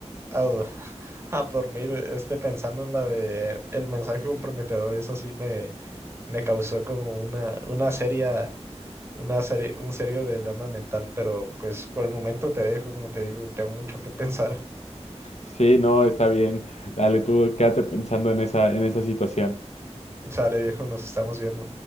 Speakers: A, on the right; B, on the left.
A: a, <laughs> a dormir, este, pensando en la de el mensaje comprometedor, eso sí me me causó como una, una seria, una serie, un serio dilema mental, pero pues por el momento te dejo, como te digo, tengo mucho que <laughs> pensar.
B: Sí, no, está bien. Dale, tú quédate pensando en esa, en esa situación.
A: Sale, viejo, nos estamos viendo.